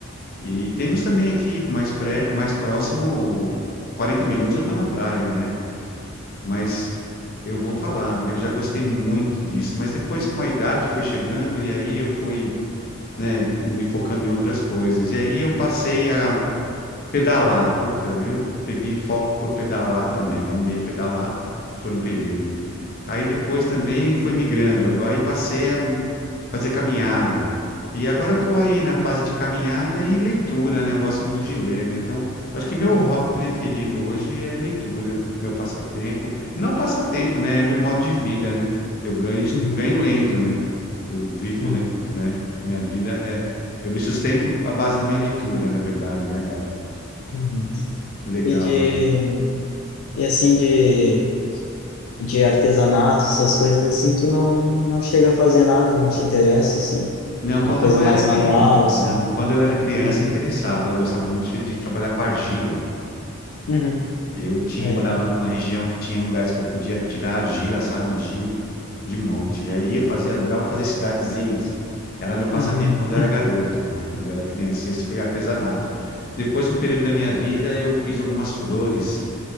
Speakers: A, on the left; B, on the left.
A: E temos também aqui mais pré, mais próximo, 40 minutos eu estou na praia, né? Mas eu vou falar, viu? Já gostei muito disso, mas depois com a idade foi chegando e aí eu fui né, me focando em outras coisas. E aí eu passei a Pedalar, puta, eu peguei foco por pedalar também, amei pedalar por um período. Aí depois também foi migrando, agora aí passei a fazer caminhada. E agora eu tô aí na fase de caminhada e leitura, né? Eu gosto muito de ler, né? Então, acho que meu hobby preferido hoje é leitura, meu passatempo. Não passatempo, né? É meu modo de vida, né? Eu ganho,
B: uhum,
A: eu ganho lendo, né? Eu vivo,
B: uhum,
A: le- né? Minha vida é. Eu me sustento à base da minha leitura, na verdade, né, Gabi?
B: uhum.
A: Legal,
B: e de
A: né?
B: e assim de de artesanato, essas coisas assim, tu não não chega a fazer nada, não te interessa assim,
A: Não, quando
B: uma coisa
A: eu
B: mais
A: era cri...
B: manual
A: não,
B: assim,
A: quando eu era criança
B: não.
A: interessava. Eu gostava muito de de trabalhar com argila.
B: Uhum.
A: Eu tinha
B: Aí.
A: morava numa região que tinha lugares que eu podia tirar argila, sabe, de de monte. E aí eu fazia, adorava fazer cidadezinhas. Era meu passatempo
B: Uhum.
A: quando eu era garoto, né? Quando eu era criança. Esse foi artesanato. Depois, um período da minha vida, eu fiz algumas flores.